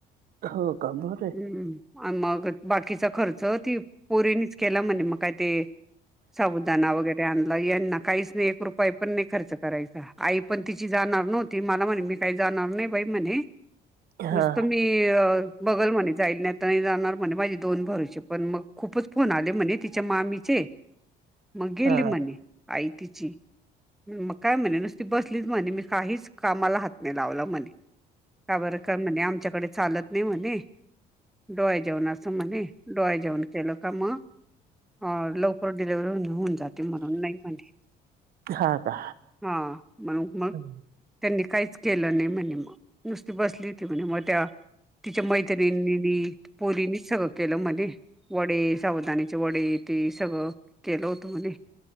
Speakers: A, on the right; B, in the centre.
A: हो का बरे
B: हम्म आनं मग बाकीचा खर्च ती पोरीनीच केला म्हणे मग काय ते साबुदाना वगैरे आण मग यांना काहीच नाय एक रुपया पण नाय खर्च करायचा आई पण तिची जाणार नवं ती मला म्हणे मी काही जाणार नाय बाई म्हणे
A: हा
B: नुसत मी ती बघल म्हणे जाईल नाय तर जाणार म्हणे माझे दोन भावांचे पण मग खूपच फोन आले. म्हणे तिच्या मामीचे मग गेली
A: हा
B: म्हणे आई तिची मग काय म्हणे नुसती बसलीच म्हणे मी काहीच कामाला हात नाही लावला म्हणे का बर का म्हणे आमच्याकडे चालत नाय म्हणे डोहाळे जेवण असं म्हणे डोहाळे जेवन केलं का म हा लवकर डिलिव्हरी होऊन होऊन जात. ते म्हणून नाही म्हणले
A: हा का
B: हा म्हणून मग
A: हा
B: त्यांनी काहीच केलं नाय म्हणे म नुसती बसली होती म्हणे म त्या तिच्या मैत्रिणीनी, पोरीनी सगळं केलं म्हणे वडे साबुदान्याचे वडी ते सगळं केलं होत म्हने